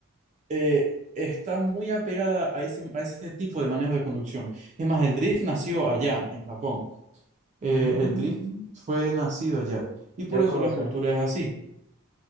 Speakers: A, on the right (about 35°); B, on the left (about 20°).
A: eh, está muy apegada a ese, a ese tipo de manejo de conducción. Es más, el drift nació allá, en Japón. Eh,
B: Mm,
A: el drift fue nacido allá. Y por
B: qué
A: eso
B: cosa.
A: la cultura es así.